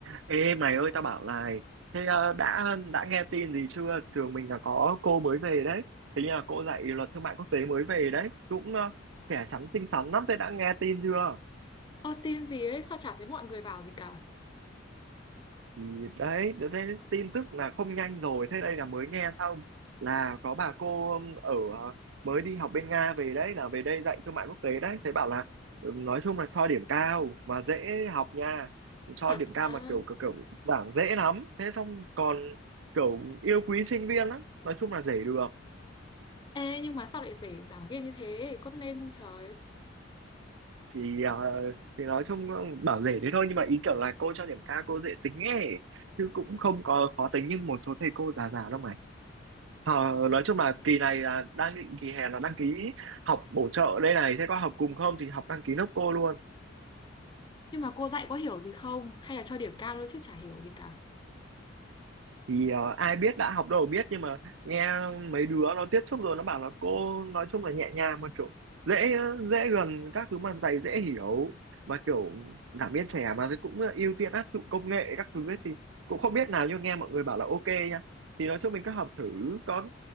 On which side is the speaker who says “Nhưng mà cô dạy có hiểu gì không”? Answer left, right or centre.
Left